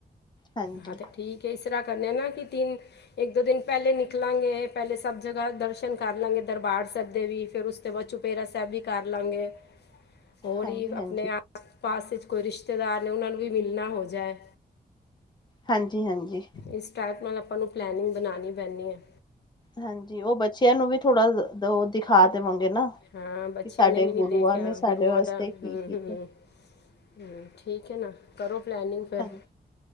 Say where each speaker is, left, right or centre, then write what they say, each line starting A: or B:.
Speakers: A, on the left; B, on the left.
A: ਹਾਂਜੀ
B: ਹਾਂ ਤੇ ਠੀਕ ਹੈ ਇਸਰਾ ਕਰਨੇ ਆ ਨਾ ਕਿ ਤਿੰਨ ਇੱਕ ਦੋ ਦਿਨ ਪਹਿਲੇ ਨਿਕਲਾਂਗੇ ਪਹਿਲੇ ਸਭ ਜਗਾ ਦਰਸ਼ਨ ਕਰ ਲਾਂਗੇ ਦਰਬਾਰ ਸਾਹਿਬ ਦੇ ਵੀ ਫੇਰ ਉਸ ਤੋਂ ਬਾਅਦ ਚੁੱਪ ਪੇਰਾ ਸੈਬ ਵੀ ਕਰ ਲਾਂਗੇ। ਹੋਰ
A: ਹਾਂਜੀ
B: ਹੀ ਆਪਨੇ
A: ਹਾਂਜੀ।
B: ਆਸ ਪਾਸ ਕੋਈ ਰਿਸ਼ਤੇਦਾਰ ਨੇ ਉਹਨਾਂ ਨੂੰ ਵੀ ਮਿਲਨਾ ਹੋ ਜਾਏ।
A: ਹਾਂਜੀ-ਹਾਂਜੀ
B: ਇਸ ਟਾਈਪ ਨਾਲ ਆਪਾਂ ਨੂੰ ਪਲੈਨਿੰਗ ਬਣਾਣੀ ਪੈਂਨੀ ਹੈ।
A: ਹਾਂਜੀ ਉਹ ਬੱਚਿਆਂ ਨੂੰ ਵੀ ਥੋੜਾ ਉਹ ਦਿਖਾ ਦੇਵਾਂਗੇ ਨਾ।
B: ਹਾਂ ਬੱਚਿਆਂ
A: ਕਿ ਸਾਡੇ
B: ਨੇ ਵੀ
A: ਗੁਰੂਆਂ
B: ਨਹੀਂ ਦੇਖਿਆ
A: ਨੇ ਸਾਡੇ
B: ਗੁਰੂਆਂ
A: ਵਾਸਤੇ
B: ਦਾ
A: ਕੀ
B: ਹੂੰ,
A: ਕੀਤਾ
B: ਹੂੰ ਹੂੰ ਠੀਕ ਹੈ ਨਾ ਕਰੋ ਪਲੈਨਿੰਗ ਫਿਰ
A: ਹਾਂਜੀ